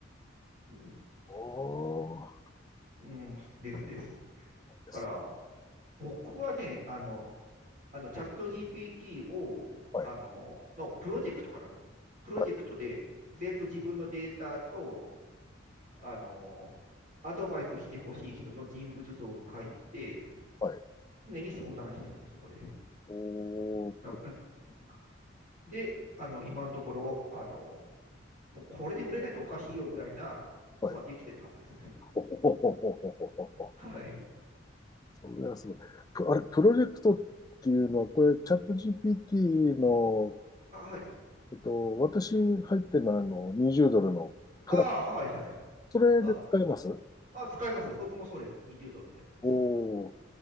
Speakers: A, on the right; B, on the left.
A: うん、
B: おー
A: うん、ですです。だ
B: です。
A: から、僕はね、あの、あの、チャット GPT を、
B: はい、
A: あの、のプロジェクトかな。プロジェクトで全部自分のデータと、
B: はい、
A: あの、アドバイスしてほしい人の人物像を書いて、
B: はい。
A: 常に相談してます、そこで。
B: おー、
A: あ
B: プ、
A: あで、あの、今のところ、あの、もうこれで売れないとおかしいよぐらいなのはできてるはずです。
B: はい。ほほほほほほほほ。
A: <laughs> はい。
B: それはすごい。プあれ、プロジェクトっていうのは、これ、チャット GPT の、
A: あ、はい。
B: えっと、私入ってるのは、あの、20ドルのプラン、
A: あ、はい、はい。
B: それで使えます
A: あ、あ、使います。僕もそうです。20ドルのやつです。
B: おー、